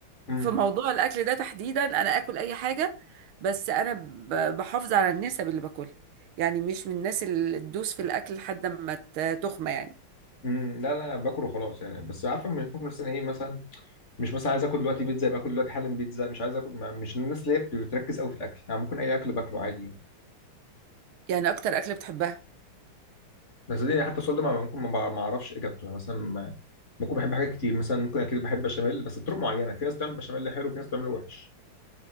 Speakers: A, on the left (about 35°); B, on the right (about 75°).
A: مم.
B: في موضوع الاكل ده تحديدا انا اكل اي حاجه بس انا ب- بحافظ على النسب اللي باكلها يعني مش من الناس اللي تدوس في الاكل لحد ما ت- تخمى يعني
A: مم. لا لا أنا باكل وخلاص يعني بس عارفه لما يكون مثلا ايه مثلا مش مثلا عايز اكل دلوقتي بيتزا يبقى اكل دلوقتي حالا بيتزا مش عايز اكل ما- مش الناس اللي هي بتركز قوي في الاكل يعني ممكن اي اكل باكله عادي يعني.
B: يعني اكتر اكل بتحبها
A: بس دي حتى السؤال ده ما- ممكن ما بع- ما اعرفش اجابته يعني مثلا ما- ممكن بحب حاجات كتير مثلا ممكن اكيد بحب بشاميل بس بطرق معينه في ناس بتعمل بشاميل حلو وفي ناس بتعمله وحش